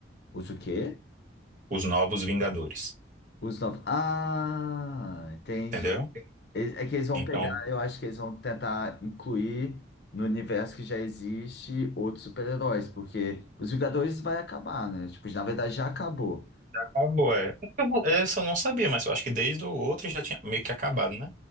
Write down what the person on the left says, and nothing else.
Usa o quê?
Os novos. Ah, entendi.
Eles- É que eles vão
pegar, eu acho que eles vão tentar incluir no universo que já existe outros super-heróis, porque os Vingadores vai acabar, né? Tipo, na verdade já acabou.